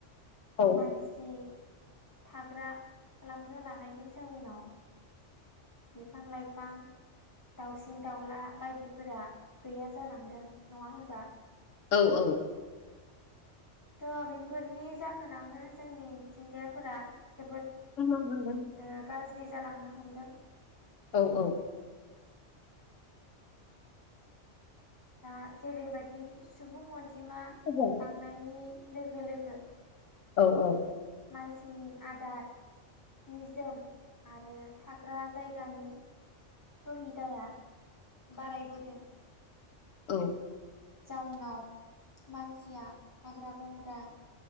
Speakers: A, on the left (about 80°); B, on the left (about 15°).
A: औ
B: मानसि थाग्रा खालामनो लानायनि जाउनाव बिफां लाइफां दाउसिन दाउला बायदिफोरा गैया जालांदों। नङा होनबा?
A: औ-औ।
B: थ' बेफोरनि जाहोनावनो जोंनि मिथिंगाफोरा जोबोद
A: <unintelligible>
B: ओ गाज्रि जालांनो हमदों।
A: औ-औ।
B: दा जेरैबादि सुबुं अनजिमा
A: <unintelligible>
B: बांनायनि लोगो लोगो
A: औ-औ।
B: मानसिनि आदार सि जोम आरो थाग्रा जायगानि सहिदाया बारायबोदों।
A: औ।
B: जाउनाव मानसिया हाग्रा बंग्रा